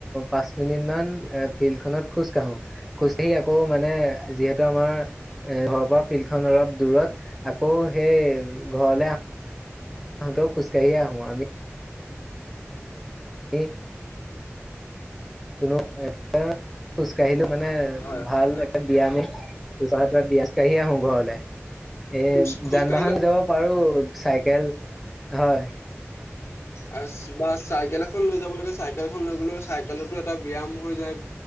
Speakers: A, in the centre; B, on the left (about 65°).
A: পাঁচ মিনিট মান এ ফিল্ডখনত খোজ কাঢ়োঁ। খোজ কাঢ়ি আকৌ মানে যিহেতু আমাৰ এ ঘৰৰ পৰা ফিল্ডখন অলপ দূৰত আকৌ সেই ঘৰলে আহোঁ। আহোতে খোজ কাঢ়িয়ে আহোঁ আমি। এই কোনো এটা খোজ কাঢ়িলোঁ। মানে
B: হয়
A: ভাল
B: হয়
A: এটা ব্যয়ামেই। যায় পাই ব্যায়াম খোজকাঢ়ি আহোঁ ঘৰলে এ
B: খোজ খোজ
A: যান-বাহন
B: কাঢ়িলে
A: যাব পাৰোঁ চাইকেল হয়।
B: আৰু বা চাইকেল এখন লৈ যাব লাগে। চাইকেল এখন লৈ গ'লেও চাইকেলতো এটা ব্যায়াম হৈ যায়